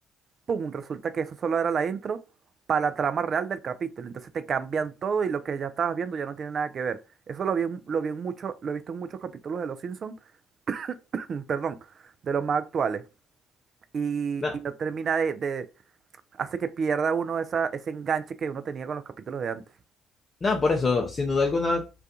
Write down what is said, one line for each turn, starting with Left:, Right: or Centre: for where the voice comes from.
Right: ¡pum! Resulta que eso solo era la intro para la trama real del capítulo. Entonces te cambian todo y lo que ya estabas viendo ya no tiene nada que ver. Eso lo vi en- lo vi en mucho, lo he visto en muchos capítulos de Los Simpsons, <clears throat> perdón, de los más actuales. Y,
Left: No,
Right: y no termina de, de- hace que pierda uno esa, ese enganche que uno tenía con los capítulos de antes.
Left: No, por eso, sin duda alguna,